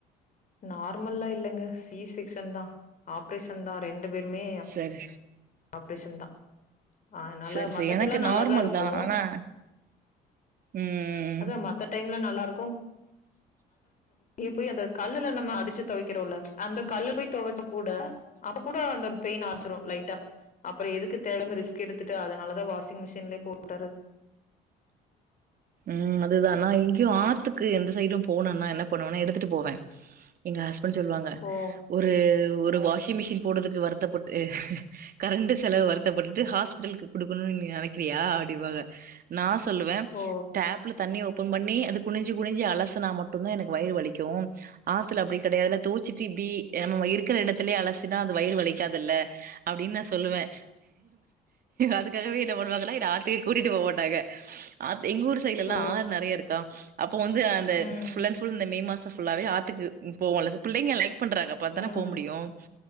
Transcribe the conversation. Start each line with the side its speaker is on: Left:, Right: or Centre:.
Left: நார்மல்லா இல்லைங்க சிசெக்க்ஷன் தான் ஆப்ரேஷன் தா ரெண் ரெண்டு பேருமே
Right: சரி
Left: ஆப்ரேஷன் தான் ஆனால
Right: சரி
Left: மத்த
Right: சரி எனக்கு
Left: டைம் நல்லாதான்
Right: நார்மல்
Left: இருக்கு
Right: தா ஆனா ம்
Left: அதான் மத்த டைம் நல்லா இருக்கு <unintelligible> போய் அந்த கல்லுல நம்ம அடிச்சு துவைகுறல்ல அந்த கல்ல போய் துவைச்ச கூட அப்ப கூட அந்த பெயின் ஆச்சிரும் லைட்டா அப்புறம் எதுக்கு தேடாம ரிஸ்க் எடுத்துட்டு அதனாலதான் வாஷிங் மிஷின்லயே போட்டறது
Right: உஹம் அதுதா நா இங்கேயும் ஆத்துக்கு எந்த சைடும் போனும்னா என்ன பண்ணுவும்னா எடுத்துட்டு போவன் எங்க ஹஸ் சொல்லுவாங்க
Left: ஓ
Right: ஒரு ஒரு வாஷிங் மிஷின் போடுதுக்கு வருத்தப்பட்டு கரண்டு செலவு வருத்தப்பட்டுட்டு ஹாஸ்பிடல்க்கு குடுக்கணுன்னு நீ நெனைக்கிறிய அப்டின் பாங்க சொல்லுவன்
Left: ஓ
Right: தண்ணி ஓபன் பண்ணி அது குனிஞ்சு குனிஞ்சி அலசனா மட்டு தான் எனக்கு வயிறு வலிக்கு ஆத்துல அப்டி கிடையாதுல தொவச்சுட்டு இப்டி நம்ம இருக்கிற எடத்துலயே அலசினா அது வயிறு வலிக்காதில்ல அப்படின்னு நான் சொல்லுவேன் அதுக்காகவே என்ன பண்ணுவாங்கனா என்ன ஆத்துக்கே கூட்டிட்டு போ மாட்டாங்க அத்து எங்கூர் எல்லா
Left: ஓ
Right: ஆறு நிறைய இருக்கா அப் அப்போ வந்து அந்த
Left: ம்
Right: ஃபுல்லன் ஃபுல் இந்த மே மாசம் ஃபுல்லாவே ஆத்துக்கு போவல பிள்ளைங்க லைக் பண்றாங்க அப்பத்தானே
Left: ம்
Right: போக முடியும்